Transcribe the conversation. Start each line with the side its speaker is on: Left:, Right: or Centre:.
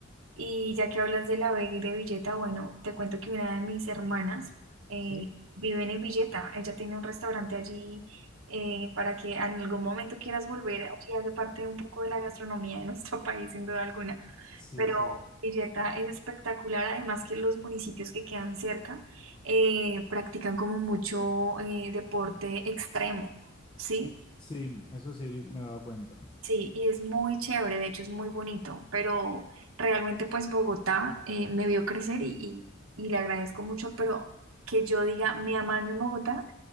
Right: Y ya que hablas de La Vega y de Villeta, bueno, te cuento que una de mis hermanas eh,
Left: ¿Sí?
Right: vive en Villeta. Ella tiene un restaurante allí eh, para que en algún momento quieras volver. Allí hace parte un poco de la gastronomía de nuestro <laughs> país, sin duda alguna.
Left: Sí,
Right: Pero
Left: sí.
Right: Villeta es espectacular, además que los municipios que quedan cerca eh, practican como mucho eh, deporte extremo, ¿sí?
Left: Sí, eso sí me he dado cuenta.
Right: Sí, y es muy chévere, de hecho es muy bonito, pero realmente pues Bogotá eh, me vio crecer y, y- y le agradezco mucho, pero que yo diga me amaño en Bogotá,